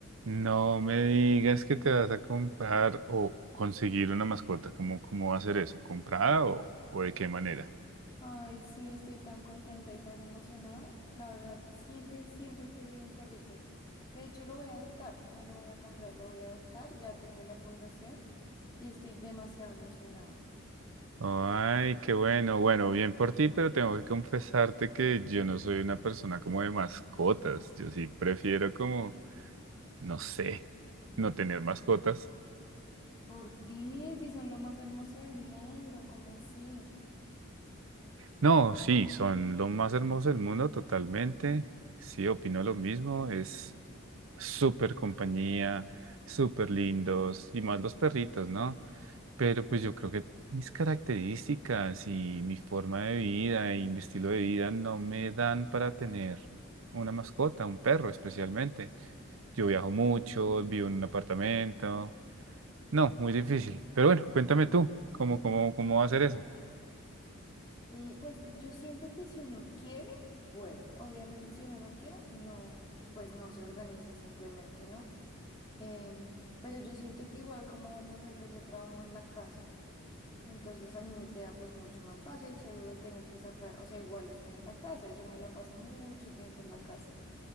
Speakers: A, on the right; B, on the left.
A: No me digas que te vas a comprar o conseguir una mascota. ¿Cómo, cómo va a ser eso? ¿Comprada o, o de qué manera?
B: Ay, sí, estoy tan contenta y tan emocionada. La verdad, siempre, siempre he querido un perrito. De hecho, lo voy a adoptar, no lo voy a comprar, lo voy a adoptar. Ya tengo la fundación y estoy demasiado emocionada.
A: Ay, qué bueno. Bueno, bien por ti, pero tengo que confesarte que yo no soy una persona como de mascotas. Yo sí prefiero como, no sé, no tener mascotas.
B: ¿Por qué? Si son lo más hermoso del mundo, ¿cómo así?
A: No, sí, son lo más hermoso del mundo totalmente. Sí, opino lo mismo. Es súper compañía, súper lindos y más los perritos, ¿no? Pero pues yo creo que mis características y mi forma de vida y mi estilo de vida no me dan para tener una mascota, un perro especialmente. Yo viajo mucho, vivo en un apartamento. No, muy difícil. Pero bueno, cuéntame tú, ¿cómo, cómo, cómo va a ser eso?
B: Y pues yo siento que si uno quiere, puede. Obviamente, si uno no quiere, no, pues no se organiza simplemente, ¿no? Em, pero yo siento que igual como, por ejemplo, yo trabajo en la casa. Entonces a mí me queda pues mucho más fácil, solo lo tengo que sacar, o sea, igual estoy en la casa y yo me la paso mucho tiempo en la casa.